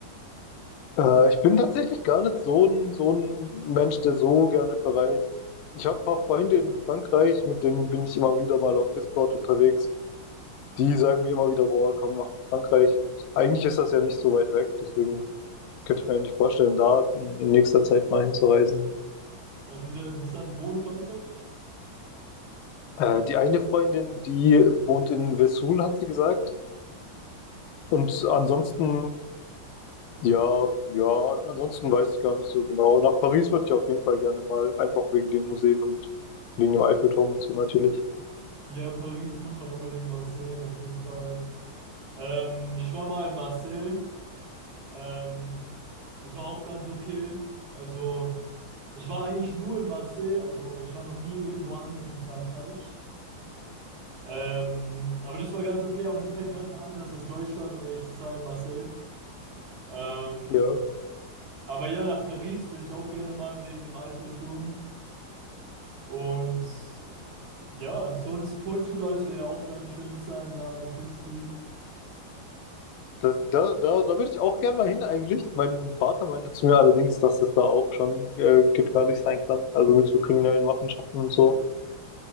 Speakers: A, on the left (about 85°); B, on the right (about 70°).
A: Äh, ich bin tatsächlich gar nicht so ein, so ein Mensch, der so gerne verreist. Ich habe ein paar Freunde in Frankreich, mit denen bin ich immer wieder mal auf Discord unterwegs. die sagen mir immer wieder, boah, komm nach Frankreich. Und eigentlich ist das ja nicht so weit weg, deswegen könnte ich mir eigentlich vorstellen, da in, in nächster Zeit mal hinzureisen.
B: Ah, Das ist ja interessant. Wo in Frankreich?
A: Äh, die eine Freundin, die wohnt in Vesoul, hat sie gesagt. Und ansonsten, ja, ja, ansonsten weiß ich gar nicht so genau. Nach Paris würde ich auf jeden Fall gerne mal, einfach wegen den Museen und wegen dem Eiffelturm und so natürlich.
B: Ja, Paris muss man unbedingt mal sehen, auf jeden Fall. Ähm, ich war mal in Marseille. Ähm, das war auch ganz okay. Also, ich war eigentlich nur in Marseille. Also, ich war noch nie irgendwo anders in Frankreich. Ähm, aber das war ganz okay. Aber das ist halt ganz anders als Deutschland, um ehrlich zu sein, Marseille. Ähm,
A: Ja.
B: Aber ja, nach Paris will ich auch gerne mal wegen dem Eiffelturm. Und ja, sonst Portugal soll ja auch ganz schön sein, da an der Küste.
A: Das, da, da, da würde ich auch gerne mal hin eigentlich. Mein Vater meinte zu mir allerdings, dass das da auch schon äh, gefährlich sein kann, also mit so kriminellen Machenschaften und so.